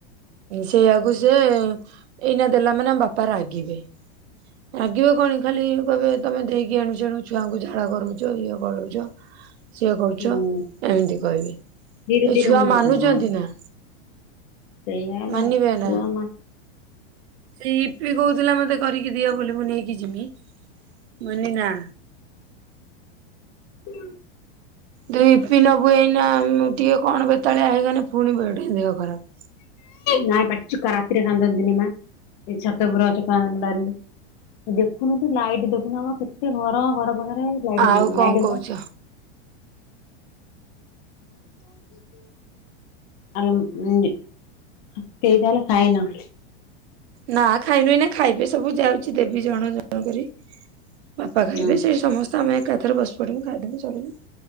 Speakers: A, on the right (about 70°); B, on the left (about 50°).
A: ସେଇଆକୁ ସେ ଏଇନା ଦେଲା ମାନେ ବାପା ରାଗିବେ। ରାଗିବେ କଣ ଖାଲି କହିବେ ତମେ ଦେଇକି ଆଣୁଛ ଆଣୁଛ ଛୁଆଙ୍କୁ ଝାଡା କରୁଛ ଇଏ କରଉଛ। ସିଏ କରୁଛ
B: ହୁଁ
A: ଏମିତି କହିବେ ଏଇ
B: ଧୀରେ ଧୀରେ
A: ଛୁଆ
B: ମୁଣ୍ଡ
A: ମାନୁଛନ୍ତି
B: ଥୁଅ ହଁ
A: ନା।
B: ସେଇଆ ହେଲା
A: ମାନିବେ
B: ଛୁଆ
A: ନା
B: ମା
A: ସେଇ ଇିପି କହୁଥିଲା ମତେ କରିକି ଦିଅ ବୋଲି ମୁଁ ନେଇକି ଜିମି। ମୁଁ କହିଲି ନା।
B: ହୁଁ।
A: ଦୁଇ ଦିନ ନବୁ ଏଇନା ଟିକେ କଣ ବେତାଳିଆ ହେଇଗଲେ ପୁଣିି ବଢ଼େ ଦେହ ଖରାପ।
B: ନାଇଁ ପାଟଚକା ରାତିରେ କାନ୍ଦନ୍ତିିନି ମା ଛାତ ଉପରେ ଅଛ କାନ୍ଦ ନା ଦେଖୁନୁ ତୁ ଲାଇଟ୍ ଦେଖୁନୁ ଆମ କେତେ ଘର ଘର ପାଖରେ। ଲାଇଟ୍
A: ଆଉ
B: ଦେଇ ଦେ
A: କଣ
B: ଲାଇଟ୍
A: କହୁଛ?
B: ଆ <unintelligible> କେଇ ତାହେଲେ ଖାଇନ।
A: ନା ଖାଇନୁ ଏଇନା ଖାଇବେ ସବୁ ଯାଉଛି ଦେବି ଜଣ ଜଣ କରି। ବାପା ଖାଇବେ
B: ହୁଁ
A: ସେଇ ସମସ୍ତେ ଆମେ ଏକାଥରେ ବସି ପଡିବୁ ଖାଇଦବୁ ସରିଲା।